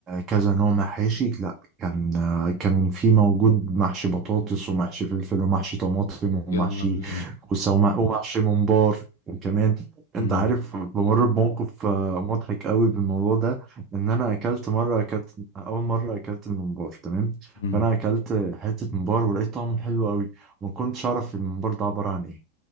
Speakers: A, on the right; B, on the left.
A: كذا نوع محاشي لا كان آه، كان في موجود محشي بطاطس ومحشي فلفل ومحشي طماطم
B: يلا
A: ومحشي
B: بينا
A: كوسة وم- ومحشي ممبار وكمان انت
B: امم
A: عارف بمر بموقف آه، مضحك قوي بالموضوع ده ان انا اكلت مره اكلت اول مره اكلت الممبار تمام
B: امم
A: فانا اكلت حته ممبار ولقيت طعمه حلو قوي وما كنتش اعرف الممبار ده عباره عن ايه